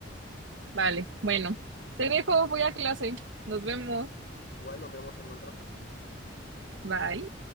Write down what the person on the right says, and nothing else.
Vale, bueno, te dejo, voy a clase. Nos vemos.
Bye.